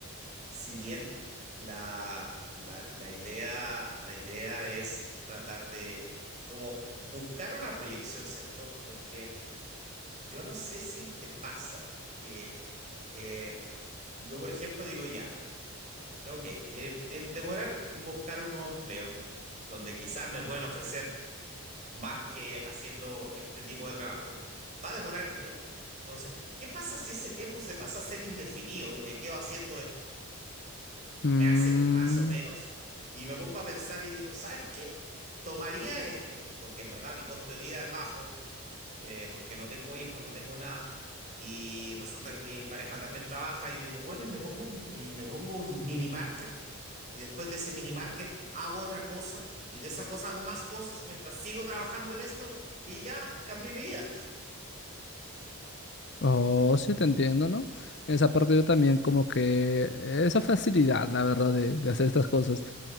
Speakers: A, on the right; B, on the left.
A: si bien la, la- la idea, la idea es tratar de como buscar una proyección, ¿cierto? Porque yo no sé si te pasa que eh, yo, por ejemplo, digo ya, ok, eh, en demorar en buscar un nuevo empleo, donde quizás me pueden ofrecer más que haciendo este tipo de trabajo, va a demorar un tiempo. Entonces, ¿qué pasa si ese tiempo se pasa a ser indefinido y me quedo haciendo esto?
B: Mm,
A: Me hace más o menos y me pongo a pensar y digo, ¿sabes qué? Tomaría esto, porque en verdad mi costo de vida es bajo, eh, porque no tengo hijos, no tengo nada. Y resulta que mi pareja también trabaja. Y yo digo, bueno, y me pongo, un- y me pongo un mini market. Y después de ese mini market hago otra cosa. Y de esa cosa hago más cosas mientras sigo trabajando en esto. Y ya cambié mi vida.
B: Oh, sí, te entiendo, ¿no? En esa parte yo también como que esa facilidad, la verdad, de, de hacer estas cosas.